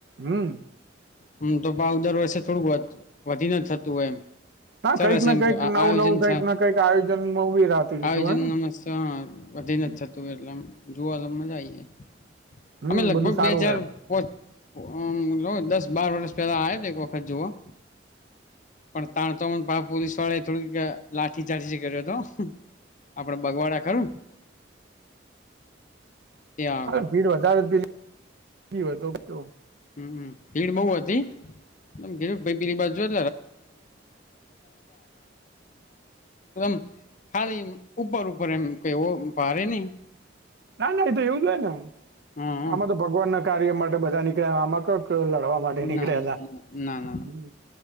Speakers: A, on the right; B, on the left.
A: હમ
B: હમ્મ. તો ભાવ દર વર્ષે થોડુંક વધ વધીને થતું એમ.
A: હા
B: સરસ
A: કંઈક ને
B: એમ,
A: કંઈક
B: આ
A: નવું
B: આયોજન
A: નવું કંઈક
B: સા
A: ને કંઈક આયોજન ઉભી રાતું
B: આયોજન
A: જતું હોય ને
B: <unintelligible> એટલે આમ જોવા <unintelligible> મજા આઈ જાય.
A: હમ
B: અમે લગભગ
A: બધું સારું
B: બે હજાર
A: હોય એમ
B: પોચ અમ્મ જોવો દસ બાર વર્ષ પહેલા આયા તા એક વખત જોવા. પણ તાણ તો મન પા પોલીસવાળાએ થોડીક લાઠીચાર્જ એઈ કર્યો તો. આપડે બગવાડા ખરું ન? ત્યાં આગળ
A: અરે ભીડ વધારે <unintelligible> તો કહ્યો.
B: હમ્મ. ભીડ બહું વધી? <unintelligible> પીલી બાજુ <unintelligible> ખાલી ઉપર-ઉપર એમ કેય હો ભારે નહીં.
A: ના, ના એ તો એવું જ હોય ને,
B: હા હા
A: આમાં તો ભગવાન ના કાર્ય માટે બધા નીકળ્યા, આમાં કક લડવા માટે નીકળેલા,
B: ના ના ના ના
A: હમ્મ.